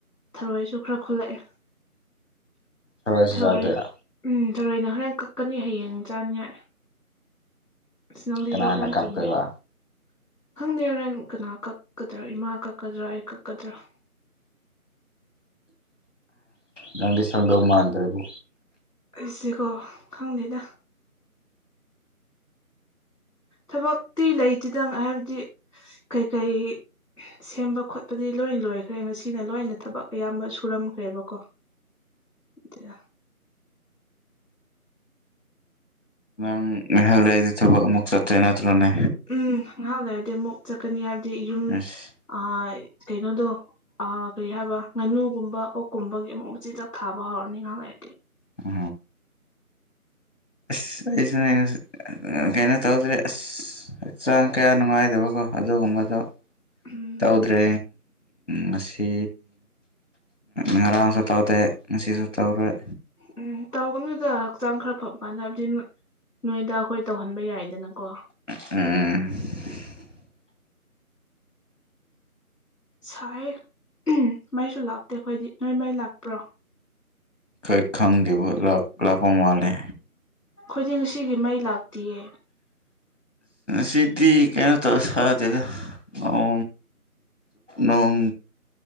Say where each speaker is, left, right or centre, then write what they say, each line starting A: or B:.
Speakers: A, on the left; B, on the left.
A: ꯊꯔꯣꯏꯁꯨ ꯈꯔ ꯈꯨꯜꯂꯛꯑꯦ
B: ꯊꯥꯔꯣꯏꯁꯨ
A: ꯊꯔꯣꯏ
B: ꯆꯥꯗꯣꯏꯔ
A: ꯎꯝ ꯊꯔꯣꯏꯅ ꯍꯣꯔꯦꯟ ꯀꯛꯀꯅꯤ ꯍꯌꯦꯡ ꯆꯥꯅꯤꯡꯉꯥꯏ ꯑꯁ ꯅꯪꯗꯤ
B: ꯀꯅꯥꯅ
A: ꯂꯣꯛ ꯌꯥꯝ
B: ꯀꯥꯛꯇꯣꯏꯕ
A: ꯊꯨꯡꯉꯦ ꯈꯪꯗꯦ ꯍꯣꯔꯦꯟ ꯀꯅꯥ ꯀꯛꯀꯗ꯭ꯔꯥ ꯏꯃꯥ ꯀꯛꯀꯗ꯭ꯔꯥ ꯑꯩ ꯀꯛꯀꯗ꯭ꯔꯥ <inaudible>
B: ꯅꯪꯗꯤ ꯁꯪꯗꯧ ꯃꯥꯟꯗ꯭ꯔꯦꯕꯨ
A: ꯏꯁꯤꯀꯣ ꯈꯪꯗꯦꯗ ꯊꯕꯛꯇꯤ ꯂꯩꯇꯦꯗ ꯍꯥꯏꯕꯗꯤ ꯀꯩꯀꯩ ꯁꯦꯝꯕ ꯈꯣꯠꯄꯗꯤ ꯂꯣꯏꯅ ꯂꯣꯏꯈ꯭ꯔꯦ ꯉꯁꯤꯅ ꯂꯣꯏꯅ ꯊꯕꯛ ꯑꯌꯥꯝꯕ ꯁꯨꯔꯝꯈ꯭ꯔꯦꯕꯀꯣ ꯏ
B: ꯎꯝ ꯉꯍꯥꯛ ꯂꯩꯔꯗꯤ ꯊꯕꯛ ꯑꯃꯨꯛ ꯆꯠꯇꯨꯏ ꯅꯠꯇ꯭ꯔꯣꯅꯦ
A: ꯎꯝ ꯉꯥꯏꯍꯥꯛ ꯂꯩꯔꯗꯤ ꯑꯃꯨꯛ ꯆꯠꯀꯅꯤ ꯍꯥꯏꯕꯗꯤ ꯌꯨꯝ
B: ꯑꯁ
A: ꯑ ꯀꯩꯅꯣꯗꯣ ꯑ ꯀꯔꯤ ꯍꯥꯏꯕ ꯉꯥꯅꯨꯒꯨꯝꯕ ꯑꯣꯛꯀꯨꯝꯕꯒꯤ ꯑꯃꯨꯛ ꯃꯆꯤꯟꯖꯥꯛ ꯊꯥꯕ ꯍꯧꯔꯅꯤ ꯉꯥꯏꯍꯥꯛ ꯂꯩꯔꯗꯤ
B: ꯑ ꯑꯁ ꯑꯩꯁꯨꯅꯦ ꯀꯩꯅꯣ ꯇꯧꯗ꯭ꯔꯦ ꯑꯁ ꯍꯛꯆꯥꯡ ꯀꯌꯥ ꯅꯨꯡꯉꯥꯏꯗꯕꯀꯣ ꯑꯗꯨꯒꯨꯝꯕꯗꯣ
A: ꯎꯝ
B: ꯇꯧꯗ꯭ꯔꯦ ꯉꯁꯤ ꯉꯔꯥꯡꯁꯨ ꯇꯧꯗꯦ ꯉꯁꯤꯁꯨ ꯇꯧꯔꯣꯏ
A: ꯎꯝ ꯇꯧꯒꯅꯨꯗ ꯍꯛꯆꯥꯡ ꯈꯔ ꯐꯕ ꯀꯥꯟꯗ ꯍꯥꯏꯕꯗꯤ ꯅꯣꯏꯗ ꯈꯣꯏ ꯇꯧꯍꯟꯕ ꯌꯥꯏꯗꯅꯀꯣ
B: ꯑ
A: ꯁꯥꯏꯌꯦ ꯃꯩꯁꯨ ꯂꯥꯛꯇꯦ ꯑꯩꯈꯣꯏꯗꯤ ꯅꯣꯏ ꯃꯩ ꯂꯥꯛꯄ꯭ꯔꯣ
B: ꯀ ꯈꯪꯗꯦꯕꯣ ꯂꯥꯛ ꯂꯥꯛꯄ ꯃꯥꯂꯦ
A: ꯑꯩꯈꯣꯏꯗꯤ ꯉꯁꯤꯒꯤ ꯃꯩ ꯂꯥꯛꯇꯌꯦ
B: ꯁꯤꯗꯤ ꯀꯩꯅꯣ ꯇꯧ ꯁꯥ ꯌꯥꯗꯦꯗ ꯎ ꯅꯣꯡ